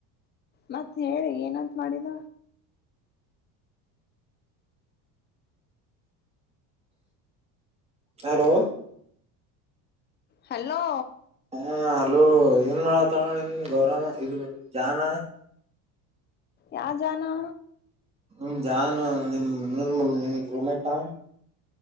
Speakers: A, on the left; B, on the right.
A: ಮತ್ತತ್ ಹೇಳಿ ಏನಂತ ಮಾಡಿದ
B: ಹಲೋ
A: ಹಲೋ
B: ಹಾ ಅಲೋ ಏನ್ ಮಾಡ ಗೌರವ ಇದು ಜಾನ
A: ಯ ಜಾನಾ
B: ನಿ ಜನ್ು ನಿ ನಿಮ ನಿೂಮೇಕಾ